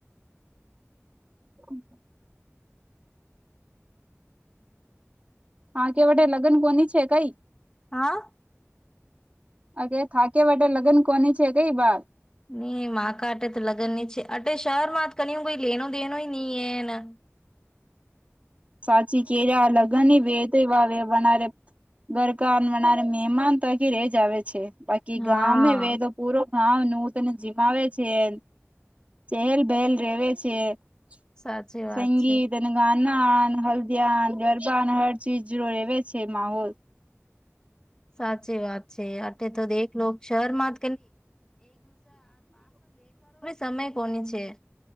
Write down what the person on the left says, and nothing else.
હા
ની માકા અટે ત લગન ની છે. આટ શરમાંત કરીએ કોઈ લેનો, દનો નહી એના.
હા
સાચી
વાત છે.
સાચી વાત છે, આ તો દે લો શર માં. <unintelligible>